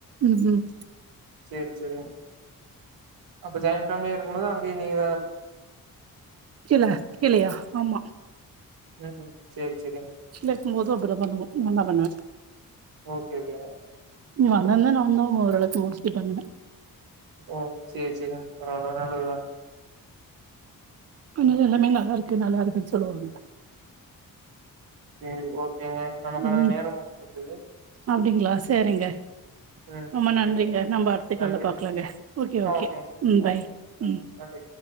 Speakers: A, on the right (about 45°); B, on the right (about 80°).
A: ம் ம்
B: சேரி செரி அப்ப ஜாயண்ட்ஃபேலியா இருக்கம் போது அங்கய நீங்கத
A: கீழ கீழயா ஆமா
B: ம் செரி செரிங்க
A: கீழருக்கும் போது அப்டிதா பண்ணனு நான்தா பண்ணுவ
B: ஓகே, ஓகேங்க.
A: <unintelligible> ஓரளவுக்கு முடிச்சுட்டு பண்ணுவ
B: ஓ செரி செரி <unintelligible> நல்லதுதா
A: ஆன
B: ம்.
A: எல்லாமே நல்லா இருக்கு நல்லா இருக்குன்னு சொல்லுவாங்க
B: ம் ஓகேங்க நமக்கான
A: ம்
B: நேரம் முடிந்துவிட்டது
A: அப்டிங்களா செரிங்க
B: ம்.
A: ரொம்ப நன்றிங்க
B: சரிங்க.
A: நம்ம அடுத்துக்கால்ல
B: நன்றி.
A: பாக்கலாங்க ஓகே
B: ஆ
A: ஓகே
B: ஓகேங்க.
A: ம் பாய்
B: ஓகே. ஆ
A: ம்
B: நன்றி.